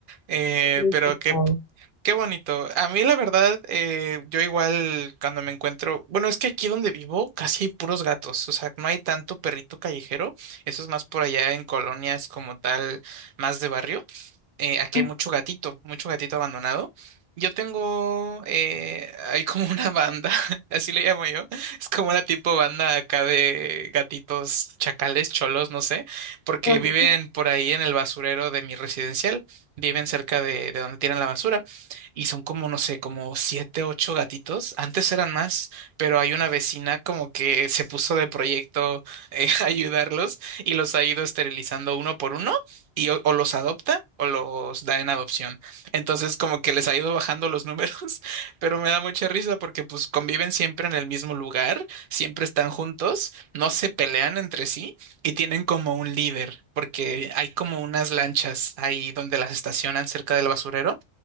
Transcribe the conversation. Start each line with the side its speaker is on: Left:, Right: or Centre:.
Right: Eh,
Left: Sí,
Right: pero
Left: por
Right: qué,
Left: favor.
Right: qué bonito. A mí, la verdad, eh, yo igual cuando me encuentro, bueno, es que aquí donde vivo casi hay puros gatos, o sea, no hay tanto perrito callejero. Eso es más por allá en colonias como tal, más de barrio eh, aquí
Left: Ah,
Right: hay mucho gatito, mucho gatito abandonado. Yo tengo, eh, hay como una banda, <laughs> así le llamo yo, es como una tipo banda acá de gatitos, chacales, cholos, no sé, porque
Left: Ajá.
Right: viven por ahí en el basurero de mi residencial, viven cerca de, de donde tiran la basura y son como, no sé, como siete, ocho gatitos, antes eran más, pero hay una vecina como que se puso de proyecto eh, <laughs> ayudarlos y los ha ido esterilizando uno por uno y o, o los adopta o los da en adopción. Entonces como que les ha ido bajando los números, <laughs> pero me da mucha risa porque pues conviven siempre en el mismo lugar, siempre están juntos, no se pelean entre sí y tienen como un líder, porque hay como unas lanchas ahí donde las estacionan cerca del basurero